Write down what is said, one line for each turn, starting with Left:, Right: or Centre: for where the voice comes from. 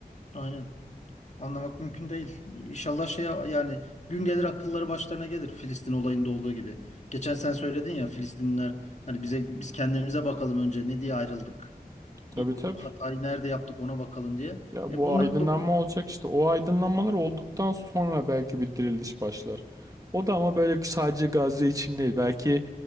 Left: Aynen. Anlamak mümkün değil. İnşallah şey yani gün gelir akılları başlarına gelir Filistin olayında olduğu gibi. Geçen sen söyledin ya Filistinliler hani bize biz kendimize bakalım önce ne diye ayrıldık.
Right: Tabii
Left: İlk
Right: tabii.
Left: hatayı nerede yaptık ona bakalım diye.
Right: Ya
Left: E
Right: bu
Left: bunlar
Right: aydınlanma
Left: da
Right: olacak işte. O aydınlanmalar olduktan sonra belki bir diriliş başlar. O da ama böyle sadece Gazze için değil. Belki